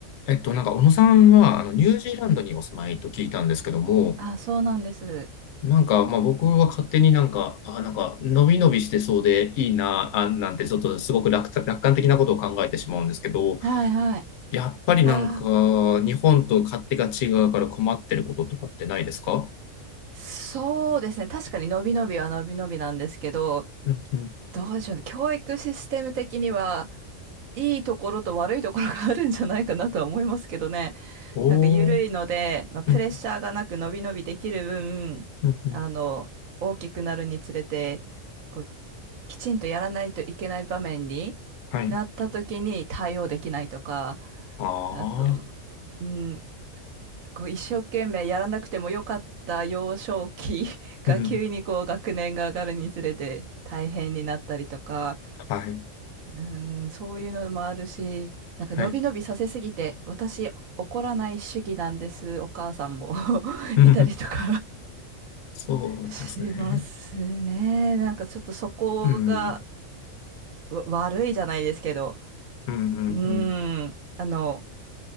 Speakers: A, on the left (about 65°); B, on the right (about 80°).
A: えっと、なんか、小野さんは、あの、ニュージーランドにお住まいと聞いたんですけども、
B: あ、そうなんです。
A: なんか、まあ、僕は勝手になんか、あ、なんか、のびのびしてそうでいいな、あ、なんて、ちょっとすごく楽た、楽観的なことを考えてしまうんですけど、
B: はいはい。
A: やっぱりなんか、
B: あー、
A: 日本と勝手が違うから困ってることとかってないですか
B: そうですね。確かに伸び伸びは伸び伸びなんですけど、
A: うんうん。
B: どうでしょうね。教育システム的には、いいところと悪いところがあるんじゃないかなとは思いますけどね。
A: おー。
B: なんか緩いので、まあ、プレッシャーがなく伸び伸びできる分、
A: うん、うん、うん。
B: あの、大きくなるにつれて、こう、きちんとやらないといけない場面になった時に対応できないとか、
A: はい。ああ。
B: あと、うん、こう一生懸命やらなくてもよかった幼少期 <laughs> が急にこう学年が上がるにつれて大変になったりとか、
A: うん。はい。
B: うん、そういうのもあるし、なんか伸び伸びさせすぎて、
A: はい。
B: 私怒らない主義なんです、お母さんも <laughs>
A: うん。
B: いたりとか
A: そうなんですね。
B: <laughs> しますね。なんかちょっとそこが
A: うん。
B: わ悪いじゃないですけど、
A: うん、うん、
B: うん、
A: うん。
B: あの、